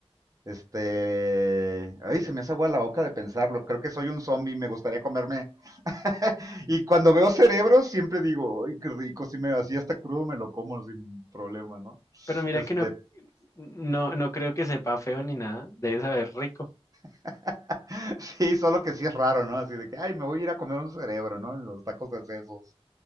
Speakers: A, on the right; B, on the left.
A: Este, ay, se me hace agua la boca de pensarlo. Creo que soy un zombie, me gustaría comerme <laughs> y cuando veo cerebros siempre digo, ay, qué rico, si me así hasta crudo me lo como sin problema, ¿no?
B: Pero mira
A: Este,
B: que no, no, no creo que sepa feo ni nada. Debe saber rico.
A: <laughs> sí, solo que sí es raro, ¿no? Así de que, ay, me voy a ir a comer un cerebro, ¿no? En los tacos de sesos.